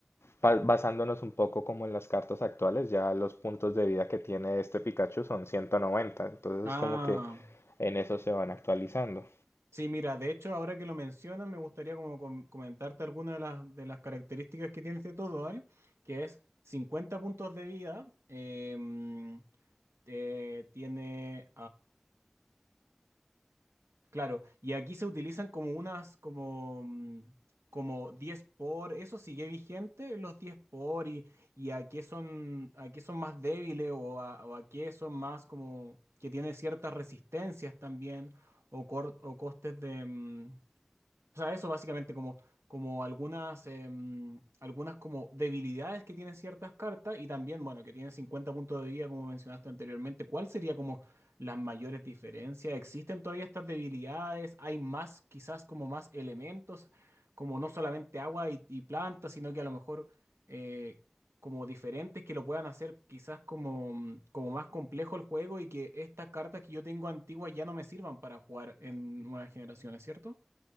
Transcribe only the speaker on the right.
Ah,
sí, mira, de hecho, ahora que lo mencionas, me gustaría como com- comentarte algunas de las, de las características que tiene este Totodile, que es 50 puntos de vida, em, eh, tiene... Claro, y aquí se utilizan como unas, como, mm, como 10 por, eso sigue vigente, los 10 por, y, y a qué son, a qué son más débiles o a, o a qué son más como que tienen ciertas resistencias también o, cor- o costes de, mm, o sea, eso básicamente como, como algunas, em, algunas como debilidades que tienen ciertas cartas y también, bueno, que tienen 50 puntos de vida como mencionaste anteriormente. ¿Cuál sería como las mayores diferencias? ¿Existen todavía estas debilidades? ¿Hay más, quizás como más elementos, como no solamente agua y, y plantas, sino que a lo mejor eh, como diferentes que lo puedan hacer quizás como, mm, como más complejo el juego y que estas cartas que yo tengo antiguas ya no me sirvan para jugar en nuevas generaciones, ¿cierto?